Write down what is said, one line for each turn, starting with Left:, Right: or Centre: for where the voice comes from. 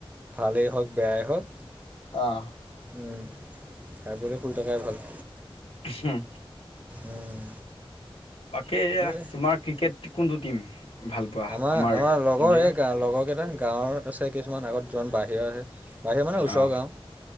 Right: ভালেই হওক বেয়াই হওক
Left: অ'
Right: উম তাৰপিছতে শুই থকাই ভাল
Left: উম হো
Right: উম
Left: বাকী এয়া
Right: এই
Left: তোমাক ক্ৰিকেট কোনটো টিম ভাল পোৱা
Right: আমাৰ আমাৰ লগৰ
Left: ইণ্ডিয়াৰ
Right: এই গা লগৰ কেইটা গাঁৱৰ আছে কিছুমান আগত যমান বাহিৰৰ আছে বাহিৰ মানে ওচৰৰ
Left: অ
Right: গাঁও